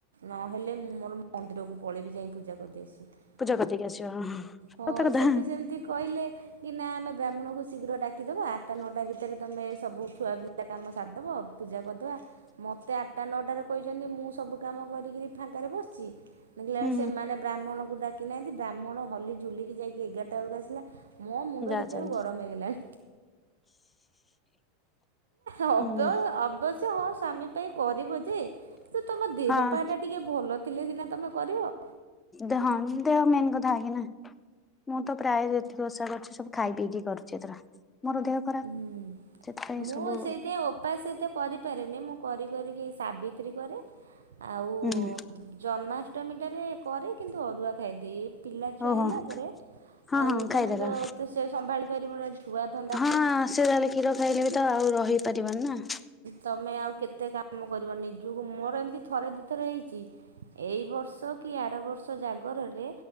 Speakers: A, on the right; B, on the left.
A: ନହେଲେ ମୁଁ ମୋର ମନ୍ଦିରକୁ ପଳେଇବି ଯାଇ ପୂଜା କରିଦେଇ ଆସିବି।
B: ପୂଜା କରିଦେଇ କି ଆସିବ। ହଁ ସତକଥା।
A: ହଁ ସେଠୁ ସେମିତି କହିଲେ କି ନା ଆମେ ବ୍ରାହ୍ମଣକୁ ଶୀଘ୍ର ଡାକିଦବା ଆଠଟା ନଅଟା ଭିତରେ ତମେ ସବୁ ଛୁଆ ବି ପୂଜା କାମ ସାରିଦବ ପୂଜା କରିଦବା ମୋତେ ଆଠଟା ନଅଟାରେ କହିଚନ୍ତି ମୁଁ ସବୁ କାମ କରିକିରି ଫାଙ୍କାରେ ବସିଚି। ଦେଖିଲା
B: ହୁଁ
A: ବେଳକୁ ସେମାନେ ବ୍ରାହ୍ମଣକୁ ଡାକିନାହାନ୍ତି ବ୍ରାହ୍ମଣ ହଲି ଝୁଲିକି ଯାଇକି ଏଗାରଟା ବେଳକୁ ଆସିଲା। ମୋ ମୁଣ୍ଡ
B: ହୁଁ ଯା
A: ସେତେବେଳେ
B: ଚାଲଛି
A: କୁ ଗରମ ହେଇଗଲାଣି। ଅବ୍ୟ
B: ହୁଁ
A: ଅବଶ୍ୟ ହଁ ସ୍ୱାମୀ ପାଇଁ କରିବ ଯେ ସେ ତମ ଦେହ
B: ହଁ
A: ପା ଟା ଟିକେ ଭଲ ଥିଲେ ସିନା ତମେ କରିବ।
B: ଦେହଁ ଦେହ ମେନ୍ କଥା ଆଗେ ନା। ମୁଁ ତ ପ୍ରାୟ ଯେତିକି ଓଷା କରୁଚି ସବୁ ଖାଇ ପିକି କରୁଚି ଏଥର। ମୋର ଦେହ ଖରାପ
A: ହୁଁ,
B: ସେଥିପାଇଁ
A: ମୁଁ
B: ସବୁ
A: ସେଇଥିପାଇଁ ଓପାସ ଏତେ କରିପାରେନି। ମୁଁ କରି କରିିକି ଏଇ ସାବିତ୍ରୀ କରେ। ଆଉ
B: ହୁଁ
A: ଜନ୍ମାଷ୍ଟମୀ ଟାରେ କରେ କିନ୍ତୁ ଅରୁଆ ଖାଇଦିଏ। ପିଲା ଛୁଆ
B: ଓହୋ
A: ହେଲା ପରେ
B: ହଁ
A: ଆଉ
B: ହଁ
A: ତମେ
B: ଖାଇଦେଲା
A: ତ ଏତେ ସେ ସମ୍ଭାଳି ପାରିବନୁ ଛୁଆ ତ
B: ହଁ ସେ ଯାହେଲେ କ୍ଷୀର ଖାଇଲେ ବି ତ ଆଉ ରହିପାରିବାନି ନା।
A: ତମେ ଆଉ କେତେ କାମ କରିବ। ନିଜକୁ ମୋର ଏମିତି ଥରେ ଦି ଥର ହେଇଚି। ଏଇ ବର୍ଷ କି ଆର ବର୍ଷ ଜାଗରରେ